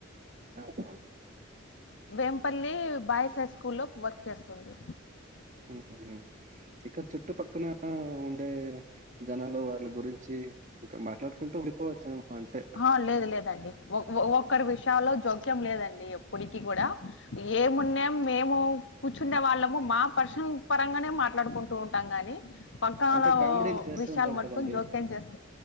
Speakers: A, on the right; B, on the left.
A: అదా
B: వేంపల్లి బాయ్స్ హై స్కూల్ లో వర్క్ చేస్తుంది.
A: ఊఉ ఇక చుట్టుపక్కన ఉండే జనాలు వాళ్ళ గురించి ఇంకా మాట్లాడుకుంటూ ఉండిపోవచ్చునమ్మా అంటే
B: ఆ లేదు లేదండి ఓ ఓ ఒక్కరి విషయంలో జోక్యం లేదండి ఎప్పటికి కూడా ఏమున్నా మేము కూర్చుండే వాళ్ళము మా పర్శన పరంగానే మాట్లాడుకుంటూ ఉంటాం గాని పకాల
A: అంటే కామెడీలు చేస్తూ
B: విషయాలు
A: ఉంటారు
B: మట్టుకొని
A: కదండీ!
B: జోక్యం చేస్